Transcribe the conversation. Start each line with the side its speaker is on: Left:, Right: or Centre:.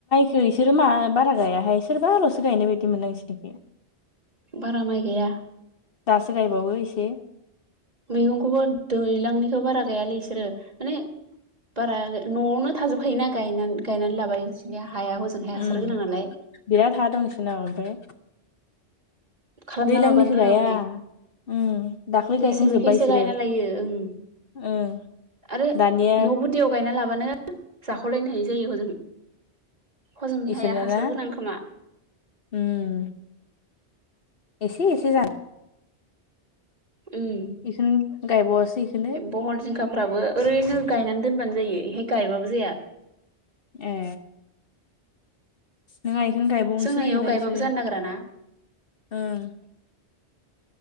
Left: ओ इसोरो मा बारा गायाहाय सोरबा आल'सो गायनाय बायदि मोनो आं इसोरनिखो
Right: बारा माइ गाइया
Left: दासो गायबावो एसे
Right: मैगंखौबो दैलांनिखौ बारा गायालै इसोरो माने बारा न'आवनो थाजोबखायोना गायनां गायनानै लाबाय इसनिया हाया हजोंहाय हासार
Left: उम
Right: गोनां नालाय।
Left: बिराद हा दं इसोरनाव ओमफ्राय
Right: खालामना
Left: दैलांनिखौ
Right: माबानो रोङा
Left: गाया
Right: माने
Left: उम दाख्लै
Right: मेसेंनिखैसो
Left: गायखांजोब्बाय इसोरो
Right: गायना लायो ओं
Left: ओं
Right: आरो
Left: दानिया
Right: न' गुदियाव गायना लाबानो जाख'लायनो हायि जायो हजों। हजोंनि
Left: इसोरना
Right: हाया हासार
Left: ना
Right: गोनां खोमा।
Left: उम एसे एसे जां
Right: ओम
Left: इखौनो गायबावासो इखौनो
Right: बहल जिंखाफ्राबो ओरैनो गायनानै दोनबानो जायो एहाय गायबाबो जाया।
Left: ए नोङा इखौनो गायबावनोसो
Right: जोंना
Left: नागिरा
Right: इयाव गायबाबो
Left: इसोरो
Right: जानो नागिराना
Left: ओं